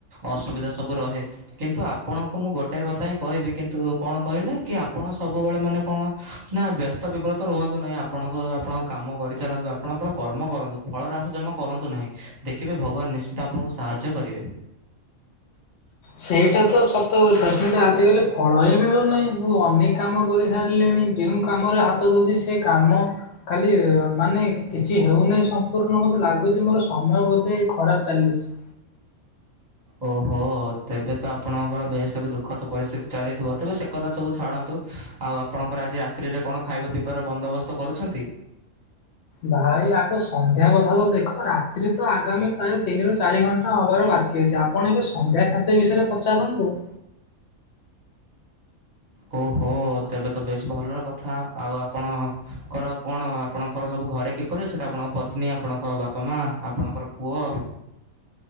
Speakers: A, on the right; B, on the left.
A: ଅସୁବିଧା ସବୁ ରହେ। କିନ୍ତୁ ଆପଣଙ୍କୁ ମୁଁ ଗୋଟେ କଥା ହିଁ କହିବି କିନ୍ତୁ କଣ କହିଲେ କି ଆପଣ ସବୁବେଳେ ମାନେ କଣ ନା ବ୍ୟସ୍ତ ବିବ୍ରତ ରୁହନ୍ତୁ ନାଇଁ ଆ ଆପଣଙ୍କ ଆପଣଙ୍କ କାମ କରିଚାଲନ୍ତୁ ଆପଣ ଆପଣ କର୍ମ କରନ୍ତୁ ଫଳରସ ଜମା କରନ୍ତୁ ନାହିଁ। ଦେଖିବେ ଭଗବାନ ନିଶ୍ଚିନ୍ତ ଆପଣଙ୍କୁ ସାହାଯ୍ୟ କରିବେ।
B: ସେଇଟା ତ ସତ କଥା କିନ୍ତୁ ଆଜିିକାଲି ଫଳ ହିଁ ମିଳୁନାହିଁ ମୁଁ ଅନେକ କାମ କରିସାରିଲେଣି ଯେଉଁ କାମରେ ହାତ ଦଉଛି ସେ କାମ ଖାଲି ମାନେ କିଛି ହେଉନାହିଁ ସମ୍ପୂର୍ଣ୍ଣ ମୋତେ ଲାଗୁଛି ମୋର ସମୟ ବୋଧେ ଖରାପ ଚାଲିଛି।
A: ଓହୋ ତେବେ ତ ଆପଣଙ୍କର ବେସ୍ ଏବେ ଦୁଃଖଦ ପରିସ୍ଥିତି ଚାଲିଥିବ ତେବେ ସେ କଥା ସବୁ ଛାଡ଼ନ୍ତୁ। ଆଉ ଆପଣଙ୍କର ଆଜି ରାତିିରେ କଣ ଖାଇବା ପିଇବାର ବନ୍ଦୋବସ୍ତ କରୁଛନ୍ତି?
B: ଭାଇ ଆଗ ସନ୍ଧ୍ୟା କଥା ତ ଦେଖ ରାତିି ତ ଆଗାମୀ ପ୍ରାୟ ତିନି ରରୁ ଚାରି ଘଣ୍ଟା ହବାର ବାକି ଅଛି ଆ ଆପଣ ଏବେ ସନ୍ଧ୍ୟା ଖାଦ୍ୟ ବିଷୟରେ ପଚାରନ୍ତୁ।
A: ଓହୋ। ତ ତେବେ ତ ବେଶ ଭଲର କଥା ଆଉ ଆପଣଙ୍କର କଣ ଆପଣଙ୍କର ସବୁ ଘରେ କିପରି ଅଛନ୍ତି ତ ଆପଣଙ୍କ ପତ୍ନୀ ଆପଣଙ୍କ ବାପା ମା ଆପଣଙ୍କର ପୁଅ।